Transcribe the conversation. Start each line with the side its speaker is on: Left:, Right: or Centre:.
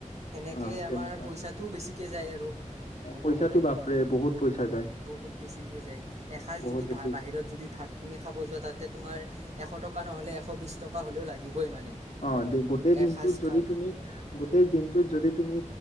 Right: সেনেকে
Left: অ' তেনেকুৱা
Right: আমাৰ পইচাটোও বেছিকে যায় আৰু। ক'ব
Left: পইচাটো
Right: গ'লে
Left: বাপৰে বহুত পইচা যায়।
Right: বহুত বেছিকৈ এসাঁজ
Left: বহুত
Right: যদি
Left: বেছি
Right: ভা বাহিৰত যদি ভাত তুমি খাব যোৱা তাতে তোমাৰ এশ। এশ টকা নহ'লে এশ বিশছ টকা হ'লেও লাগিবই মানে।
Left: অ গোটেই দিনটোত
Right: এসাঁজ খাল
Left: যদি তুমি গোটেই দিনটোত যদি তুমি।